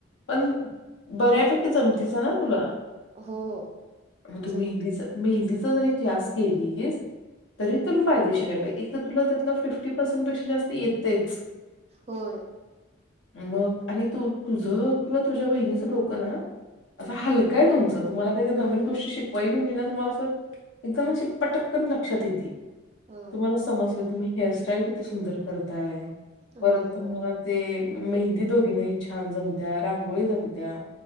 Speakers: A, on the left; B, on the right.
A: पण बऱ्यापैकी जमतीच ना तुला?
B: हो हो
A: मग तू
B: जमते
A: मेहंदीच मेहंदीचा जरी क्लास केलीस, तरी तुला फायदेशीर आहे बाई एक तर तुला त्यातल फिफ्टी पर्सेंटपेक्षा जास्त येतयच.
B: होय.
A: मग आणि तू तुझं किंवा तुझ्या बहिणीचं डोकं ना? असं हलकंय तुमचं, तुम्हाला काही तर नवीन गोष्टी शिकवाय म्हणजे ना तुम्हाला असं एकदम अशी पटक्कन लक्षात येते.
B: हो
A: तुम्हाला समजतंय तुम्ही हेअरस्टाईल किती सुंदर करताय, परत
B: होय
A: तुम्हाला
B: होय
A: ते मेहंदी दोघींनाही छान जमत्या रांगोळी जमत्या.